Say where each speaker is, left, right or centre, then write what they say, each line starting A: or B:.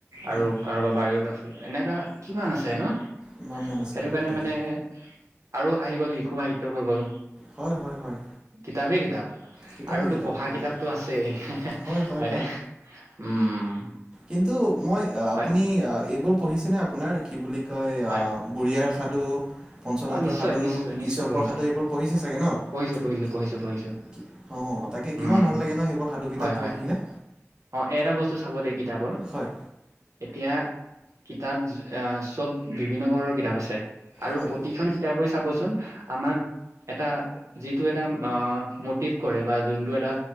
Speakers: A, on the right (about 75°); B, on the right (about 15°).
A: আৰু
B: উম,
A: কাৰোবাৰ বায়োগ্ৰাফি এনেকা কিমান আছে ন,
B: ইমান মান আছে
A: সেইটো কাৰণে
B: তাকে
A: মানে আৰু আহি গ'ল শিশু সাহিত্য হৈ গ'ল।
B: হয় হয় হয়।
A: কিতাপেই কিতাপ
B: কিতাপেই
A: আৰুতো
B: কিতাপ
A: পঢ়া
B: ক'ব
A: কিতাপটো
B: গ'লে
A: আছেই হয়নে।
B: হয় হয় হয়
A: উম।
B: কিন্তু মই
A: হয়
B: আপুনি এইবোৰ পঢ়িছেনে আপোনাৰ কি বুলি কয়
A: হয়
B: অ বুঢ়ী আইৰ সাধু, পঞ্চতন্ত্ৰৰ
A: অ নিশ্চয়
B: সাধু,
A: নিশ্চয় নিশ্চয়
B: ঈশপৰ
A: পঢ়িছো
B: সাধু, এইবোৰ পঢ়িছে চাগে ন?
A: পঢ়িছো পঢ়িছো পঢ়িছো পঢ়িছো
B: অঁ তাকে
A: উম
B: কিমান ভাল লাগে নহয় সেইবোৰ সাধু
A: হয়
B: কিতাপ
A: হয়
B: পঢ়ি কিনে।
A: অ এটা বস্তু চাব দেই কিতাপৰ,
B: হয়।
A: এতিয়া কিতাপ চব বিভিন্ন প্ৰকাৰৰ কিতাপ আছে। আৰু
B: হয়
A: প্ৰতিখন কিতাপ পৰে চাবচোন আমাক, এটা যিটো এটা মটিভ কৰে বা যোনটো এটা